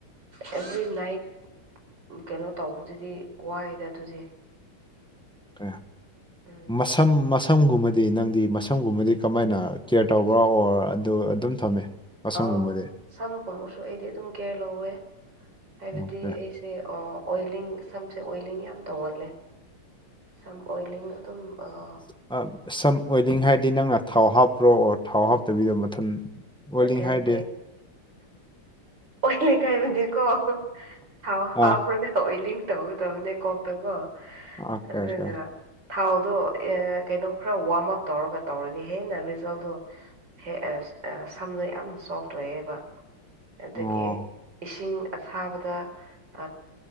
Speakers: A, on the right; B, in the centre.
A: ꯑꯦꯚ꯭ꯔꯤ ꯅꯥꯏꯠ ꯀꯩꯅꯣ ꯇꯧꯕꯗꯨꯗꯤ ꯋꯥꯏꯗ ꯑꯗꯨꯗꯤ
B: ꯀꯦ
A: ꯎꯝ
B: ꯃꯁꯝ ꯃꯁꯝ ꯁꯝꯒꯨꯝꯕꯗꯤ ꯅꯪꯗꯤ ꯃꯁꯝꯒꯨꯝꯕꯗꯤ ꯀꯃꯥꯏꯅ ꯀꯦꯌꯔ ꯇꯧꯕ꯭ꯔꯥ ꯑꯣꯔ ꯑꯗꯨ ꯑꯗꯨꯝ ꯊꯝꯃꯦ ꯃꯁꯝꯒꯨꯝꯕꯗꯤ
A: ꯑꯥ ꯁꯝꯒꯨꯝꯕꯁꯨ ꯑꯩꯗꯤ ꯑꯗꯨꯝ ꯀꯦꯌꯔ ꯂꯧꯋꯦ ꯍꯥꯏꯕꯗꯤ
B: ꯑꯣꯀꯦ
A: ꯑꯩ ꯁꯦ ꯑꯣ ꯑꯣꯏꯂꯤꯡ ꯁꯝꯁꯦ ꯑꯣꯏꯂꯤꯡ ꯌꯥꯝ ꯇꯧꯒꯜꯂꯦ ꯁꯝ ꯑꯣꯏꯂꯤꯡ ꯑꯗꯨꯨꯝ ꯑꯥ
B: ꯑ ꯁꯝ ꯑꯣꯏꯂꯤꯡ ꯍꯥꯏꯔꯗꯤ ꯅꯪꯅ ꯊꯥꯎ ꯍꯥꯞꯄ꯭ꯔꯣ ꯑꯣꯔ ꯊꯥꯎ ꯍꯥꯞꯇꯕꯤꯗ ꯃꯊꯟ ꯑꯣꯏꯂꯤꯡ
A: ꯅꯠꯇꯦ
B: ꯍꯥꯏꯔꯗꯤ
A: ꯅꯠꯇꯦ ꯑꯣꯏꯂꯤꯡ ꯍꯥꯏꯕꯗꯤꯀꯣ ꯊꯥꯎ ꯍꯥꯞꯔꯒ
B: ꯑꯥ
A: ꯑꯣꯏꯂꯤꯡ ꯇꯧꯒꯗꯕꯅꯦ ꯀꯣꯛꯇꯒꯣ
B: ꯑꯣꯀꯦ
A: ꯑꯗꯨꯒ
B: ꯑꯣꯀꯦ
A: ꯊꯥꯎꯗꯣ ꯑ ꯀꯩꯅꯣ ꯈꯔ ꯋꯥꯔꯝ ꯑꯞ ꯇꯧꯔꯒ ꯇꯧꯔꯗꯤ ꯍꯦꯟꯅ ꯔꯤꯖꯜꯗꯣ ꯍꯦꯛ ꯑꯁ ꯑ ꯁꯝꯗ ꯌꯥꯝꯅ ꯁꯣꯐ ꯑꯣꯏꯌꯦꯕ ꯑꯗꯨꯒꯤ
B: ꯑꯣ
A: ꯏꯁꯤꯡ ꯑꯁꯥꯕꯗ ꯑ